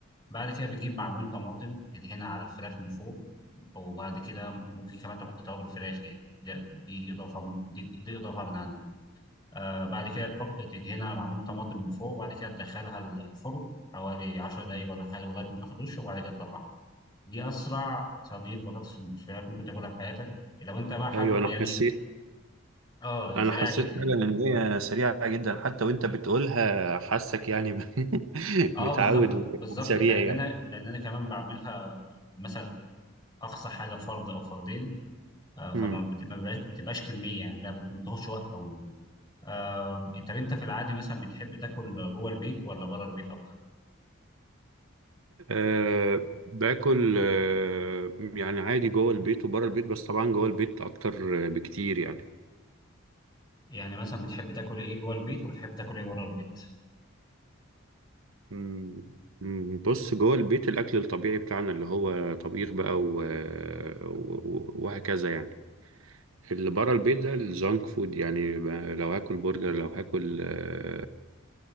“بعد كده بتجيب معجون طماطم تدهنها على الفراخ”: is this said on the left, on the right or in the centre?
Left